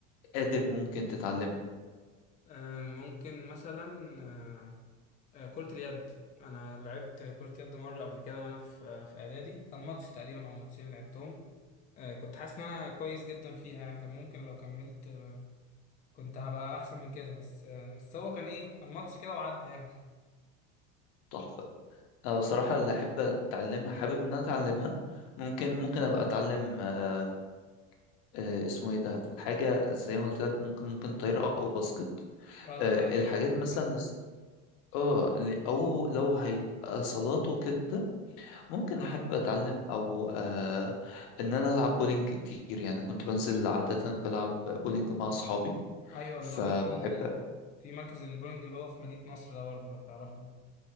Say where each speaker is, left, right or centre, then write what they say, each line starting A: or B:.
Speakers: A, on the left; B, on the left.
A: قادر ممكن تتعلمها
B: آه، ممكن مثلا آه، آه، كرة اليد أنا لعبت كرة يد مرة قبل كده وأنا في في إعدادي كان ماتش تقريبا أو ماتشين لعبتهم آه، كنت حاسس إن أنا كويس جدا فيها يعني كان ممكن لو كملت آه، كنت هبقى أحسن من كده بس آه، بس هو كان إيه كان ماتش كده وعدى يعني
A: تحفة أنا بصراحة اللي أحب أتعلمها حابب إن أنا أتعلمها ممكن ممكن أبقى أتعلم آه، آه، اسمه إيه ده حاجة زي ما قلت لك ممكن ممكن طايرة أو باسكت
B: اه الطايرة
A: آه، الحاجات
B: اه برضه
A: مثلا
B: حلو
A: لس- اه ل- أو لو هيبقى صالات وكده ممكن
B: اه
A: أحب أتعلم أو آه، إن أنا ألعب بولينج كتير يعني كنت بنزل عادة بلعب بولينج مع أصحابي
B: أيوه
A: فبحب
B: اللي هو في في مركز البونج اللي هو في مدينة نصر ده برضه لو تعرفه